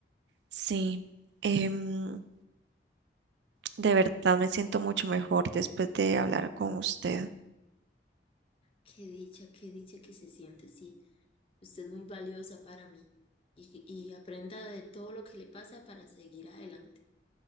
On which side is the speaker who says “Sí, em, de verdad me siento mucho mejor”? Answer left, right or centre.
Right